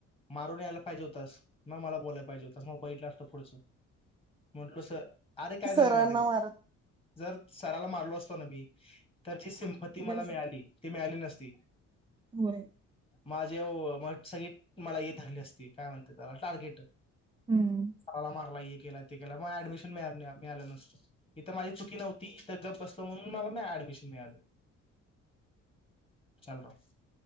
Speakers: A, on the left; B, on the right.
A: मारून यायला पाहिजे होतस मग मला बोलायला पाहिजे होतास. मग बघीतल असत पुड च म्हटलो सर अरे काय
B: सरांना
A: झालं माहितीय का
B: मारत
A: जर सराला मारलो असतो ना मी तर जी सिम्पती
B: इकडं
A: मला
B: सर
A: मिळाली ती मिळाली न ती
B: होय
A: माला ही सगळी धरली असती मला काय म्हणते त्याला टार्गेट
B: हम्म
A: चला मारला एक केला ते केला म ऍडमिशन मिळालं नसतं इथ माझी चुकी नव्हती इथ गप बसल म्हणून मला ऍडमिशन मिळालं शालराव